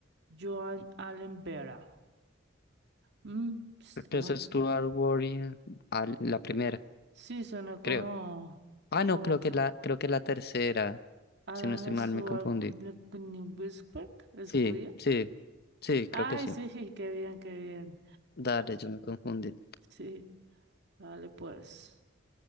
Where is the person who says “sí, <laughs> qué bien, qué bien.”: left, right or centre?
Right